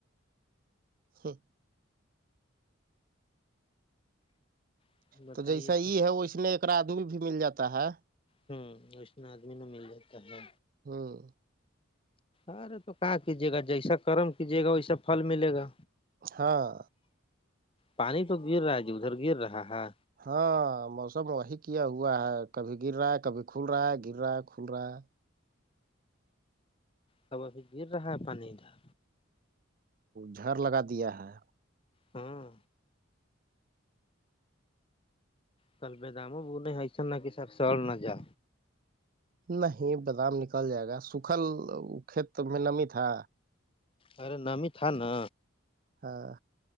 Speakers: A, on the right; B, on the left.
A: ہاں
B: گے بتائیے
A: تو جیسا یہ
B: تو
A: ہے ویسنے ایکر آدمی بھی مل جاتا ہے
B: ہوں اس میں آدمی ن مل جاتا ہے
A: ہاں
B: ارے تو کہاں کیجیے گا جیسا کرم کیجیے گا ویسا پھل ملے گا
A: ہاں
B: پانی تو گر رہا ہے جی ادھر گر رہا ہے
A: ہاں موسم وہی کیا ہوا ہے کبھی گر رہا ہے کبھی کھل رہا ہے گر رہا ہے کھل رہا ہے
B: سب ابھی گر رہا ہے پانی ادھر
A: جھڑ لگا دیا ہے
B: ہاں کلبے دامو بولے حسن نہ کہ سبسڑ نہ جا
A: نہیں بادام نکل جائے گا سکھل کھیت میں نمی تھا
B: ارے نامی تھا نا
A: ہاں